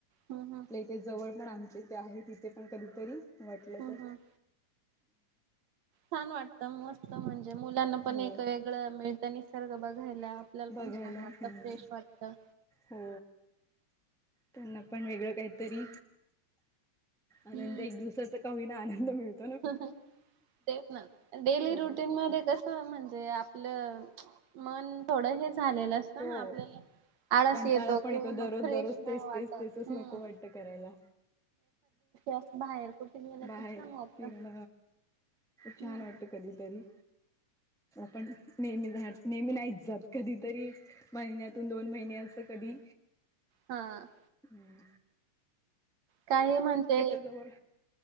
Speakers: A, on the right; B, in the centre.
A: हम हम
B: ते जवळ पण आमचे ते आहे तिथे पण कधीतरी वाटलं
A: हम्
B: तर.
A: हम् छान वाटतं मस्त म्हणजे मुलांना पण
B: हो
A: एक वेगळं मिळतं निसर्ग बघायला. आपल्याला
B: बघायला
A: पण छान वाटतं
B: हम्म
A: फ्रेश वाटतं.
B: हो त्यांना पण वेगळं काहीतरी. आनंद
A: हम्म
B: एक दिवसाचा का होईना वीना आनंद मिळत.
A: तेच ना डेली
B: हो
A: रुटीन मध्ये कसं. म्हणजे आपलं मन थोडं हे झालेलं. आपल्याला
B: हो
A: आळस
B: कंटाळा
A: येतो
B: पण
A: किंवा मग
B: दररोज
A: फ्रेश
B: दररोज
A: नाही
B: तेच
A: वाटत
B: तेच तेचच
A: ह्
B: नको वाटतं करायला.
A: असं बाहेर कुठे गेलं
B: बाहेर
A: की छान वाटतं.
B: फिरण छान
A: हम्म
B: वाट. कधीतरी आपण नेहमी नेहमी नाहीच जात कधीतरी- महिन्यातून दोन महिने असं कधी
A: हा.
B: हम्म.
A: काही म्हणतेे
B: जवळ